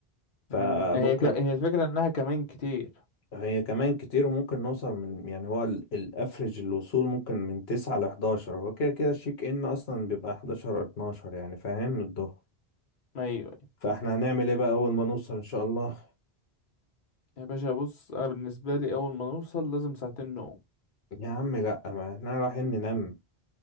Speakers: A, on the left; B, on the left.
A: فممكن
B: مم، هي ك... هي الفكرة انها كمان كتير
A: هي كمان كتير وممكن نوصل من يعني هو ال- الأفرج الوصول ممكن من تسعة لحداشر هو كده كده الشيك إن أصلا بيبقى حداشر اتناشر يعني فاهم الظهر
B: ايوه
A: فإحنا هنعمل إيه بقى أول ما نوصل إن شاء الله؟
B: يا باشا بص انا بالنسبة لي اول ما نوصل لازم ساعتين نوم
A: يا عم لأ ما إحنا رايحين ننام